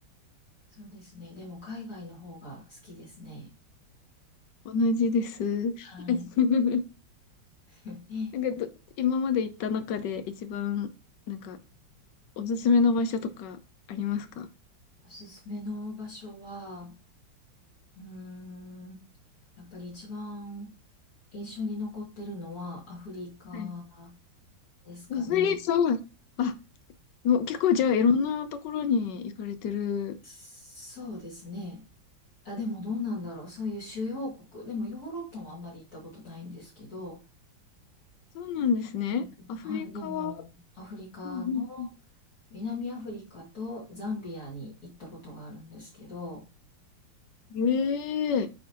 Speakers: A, on the left; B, on the left.
A: そうですね。でも、海外の方が好きですね。
B: 同じです。<laughs>
A: はい。<laughs>
B: なんかど、今まで行った中で一番、なんか、おすすめの場所とかありますか
A: おすすめの場所は、うーん、やっぱり一番印象に残ってるのはアフリカ
B: はい。
A: ですかね。
B: アフリカは、あ、もう結構じゃあいろんなところに行かれてる。
A: アフリそうですね。あ、でもどうなんだろう。そういう主要国。でもヨーロッパはあんまり行ったことないんですけど、
B: そうなんですね。
A: はいでも、
B: アフリカは、
A: はい、でもアフリカの
B: うんうんうん
A: 南アフリカとザンビアに行ったことがあるんですけど、
B: ええ
A: やっぱり